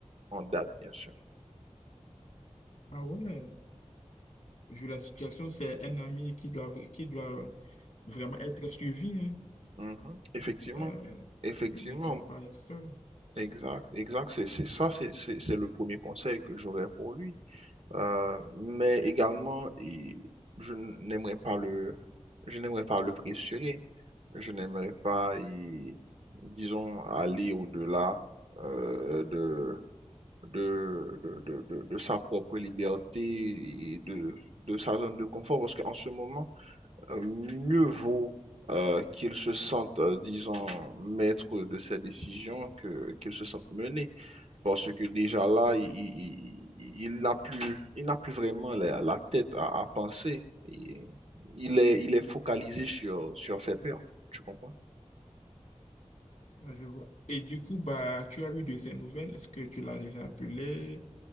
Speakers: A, on the right (about 65°); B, on the left (about 80°).
A: en date, bien sûr.
B: Ah ouais. Vu la situation, c'est un ami qui doit, qui doit vraiment être suivi, hein.
A: Mhm. Effectivement,
B: Euh,
A: effectivement,
B: oui, il ne doit pas être seul.
A: exact, exact. C'est, c'est ça, c'est, c'est, c'est le premier conseil que j'aurais pour lui. Euh, mais également, il- je n'aimerais pas le, je n'aimerais pas le pressurer. Je n'aimerais pas, y- disons, aller au-delà euh, de, de, de, de, de- de sa propre liberté et de, de sa zone de confort, parce qu'en ce moment, euh, mieux vaut euh, qu'il se sente, euh, disons, maître de ses décisions que qu'il se sente mené, parce que déjà là, il, il, il- il n'a plus, il n'a plus vraiment la, la tête à, à penser. Il, il est, il est focalisé sur, sur ses pertes, tu comprends?
B: Là, je vois. Et du coup, bah, tu as eu de ses nouvelles. Est-ce que tu l'as déjà appelé?